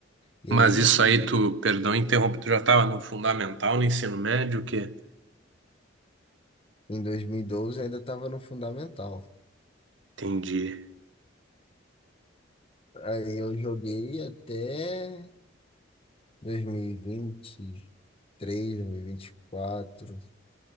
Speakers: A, on the left (about 30°); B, on the right (about 70°).
A: E
B: Mas
A: aí
B: isso
A: eu joguei.
B: aí, tu, perdão, interrompo, tu já tava no fundamental, no ensino médio, o quê?
A: Em 2012 eu ainda estava no fundamental.
B: Entendi.
A: Aí eu joguei até dois dois mil mil vinte vinte três dois mil e vinte e quatro